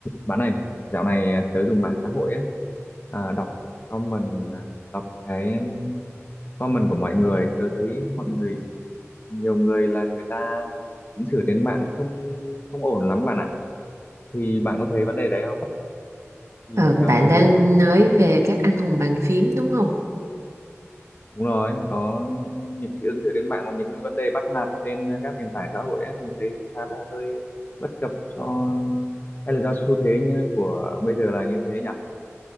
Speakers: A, on the left; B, on the right.
A: Bạn này, dạo này à, tớ dùng mạng xã hội á, à, đọc comment, à, đọc cái um, comment của mọi người, tớ thấy mọi người, nhiều người là người ta ứng xử trên mạng không không ổn lắm bạn ạ. Thì bạn có thấy vấn đề đấy không? Thì
B: Ờ,
A: theo
B: bạn
A: bạn
B: đang
A: thì
B: nói về các anh hùng bàn phím đúng không?
A: đúng rồi, có những cái ứng xử trên mạng và những cái vấn đề bắt nạt trên các nền tảng xã hội á, mình thấy khá là hơi bất cập cho hay là do xu thế như của bây giờ là như thế nhỉ?